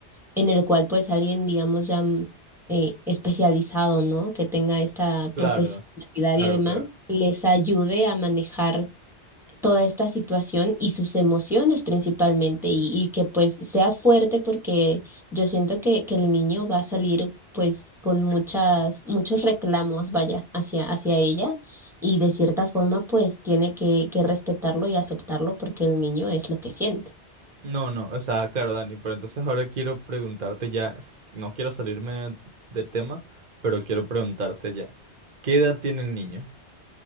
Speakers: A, in the centre; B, on the right.
A: en el cual pues alguien, digamos, ya mm, eh, especializado, ¿no? Que tenga esta
B: Claro,
A: profesionalidad
B: claro,
A: y demás,
B: claro.
A: les ayude a manejar toda esta situación y sus emociones principalmente y, y que pues sea fuerte porque yo siento que, que el niño va a salir pues con muchas, muchos reclamos, vaya, hacia, hacia ella y de cierta forma pues tiene que, que respetarlo y aceptarlo porque el niño es lo que siente.
B: No, no, o sea, claro, Dani, pero entonces ahora quiero preguntarte ya, s- no quiero salirme del tema, pero quiero preguntarte ya, ¿qué edad tiene el niño?